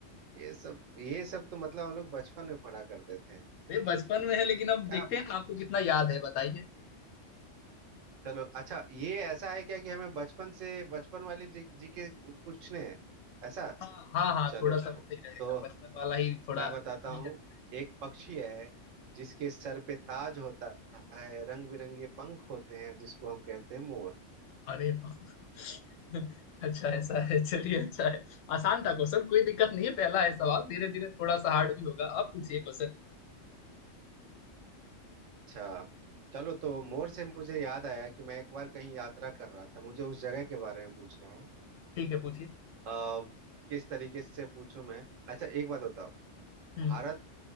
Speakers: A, on the right (about 85°); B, on the left (about 85°).
A: ये सब ये सब तो मतलब हम लोग बचपन में पढ़ा करते थे
B: अरे बचपन में है लेकिन अब
A: क्या
B: देखते
A: पूछ
B: हैं ना
A: रहे
B: आपको कितना याद है बताइए
A: हो? चलो अच्छा ये ऐसा है क्या कि हमें बचपन से बचपन वाले जी, जीके पूछने हैं ऐसा
B: हाँ हाँ हाँ
A: चलो
B: थोड़ा सा वैसे ही रहेगा
A: तो
B: बचपन वाला ही थोड़ा
A: मैं बताता
B: easy
A: हूँ
B: रहेगा।
A: एक पक्षी है जिसके सर पे ताज होता है रंग बिरंगे पंख होते हैं जिसको हम कहते हैं मोर
B: अरे <laughs> अच्छा ऐसा है चलिए अच्छा है आसान था क्वेश्चन कोई दिक्कत नहीं है पहला है सवाल धीरे धीरे थोड़ा सा हार्ड भी होगा आप पूछिए क्वेश्चन
A: अच्छा चलो तो मोर से मुझे याद आया कि मैं एक बार कहीं यात्रा कर रहा था मुझे उस जगह के बारे में पूछना है
B: ठीक है पूछिए
A: अ, किस तरीके से पूछूं मैं अच्छा एक बात बताओ
B: हम्म
A: भारत